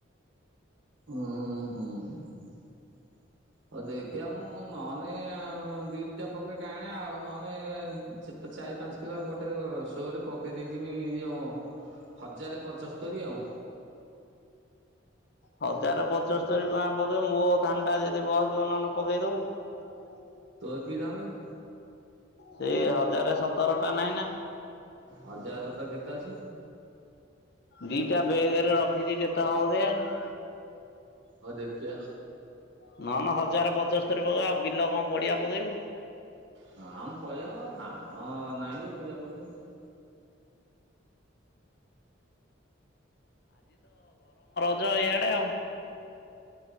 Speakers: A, on the right; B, on the left.
A: ହୁଁ ହୁଁ ଆଉ ଦେଖିବା ମୁଁ ନହଲେ ଦିଟା ପକେଟ ଆଣ ଆଉ ନହଲେ ଚାରି ପାଞ୍ଚ କିଲୋ ଗୋଟେ ସୋରେ ପକେଇ ଦେଇଥମିଉ ହଜାରେ ପଚସ୍ତର ଆଉ
B: ହଜାର ପଚସ୍ତୋରୀ ଟଙ୍କା ପକେଇବ ମୋଉ ଧାନ ଟା ଯଦି ବହକିବ ନହେଲେ ପକେଇଦବୁ
A: ତୋ କି ଧାନ କି?
B: ସେଇ ହଜାର ସତରଟା ନାହିଁ ନା
A: ହଜାର ସତର କେତେ ଅଛି
B: ଦିଇଟା ବେଗରେ ରଖିଚି କେତେ ହେବ କେୟାନି
A: ହଉ ଦେଖିବା
B: ନ ନହନେ ହଜାର ପଚସ୍ତରୀ ପକେଇବା ବିଲ କଣ ପଡିଆ ପକେଇବୁ
A: ହଁ ଆମ ପଳେଇଆ ଧାନ ନହିଁ ଯେ ପଡ଼ିଆ ପକେଇବି।
B: ର ଇଆଡ଼େ ଆଉ